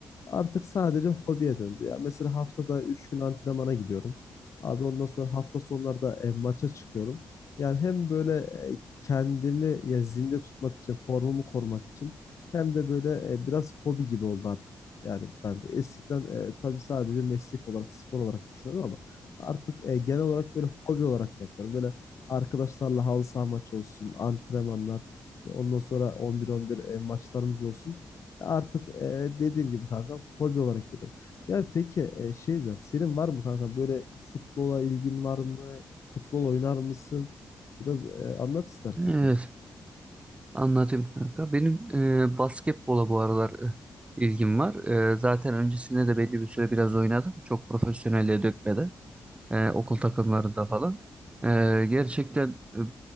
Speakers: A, on the left; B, on the right.
A: Artık sadece hobiye döndü ya. Mesela haftada 3 gün antrenmana gidiyorum. Abi ondan sonra hafta sonları da e, maça çıkıyorum. Yani hem böyle e, kendimi ya zinde tutmak için, formumu korumak için hem de böyle e, biraz hobi gibi oldu artık. Yani ben de eskiden e, tabii sadece meslek olarak, spor olarak düşünüyordum ama artık e, genel olarak böyle hobi olarak yapıyorum. Böyle arkadaşlarla halı saha maçı olsun, antrenmanlar, e, ondan sonra 11-11 e, maçlarımız olsun. Artık e, dediğim gibi kanka hobi olarak görüyorum. Ya peki e, şey diyorum. Senin var mı kanka böyle futbola ilgin var mı? Futbol oynar mısın? Biraz e, anlat istersen
B: Evet,
A: kanka.
B: anlatayım kanka. Benim e, basketbola bu aralar e, ilgim var. E, zaten öncesinde de belli bir süre biraz oynadım. Çok profesyonelliğe dökmeden. E, okul takımlarında falan. E, gerçekten e,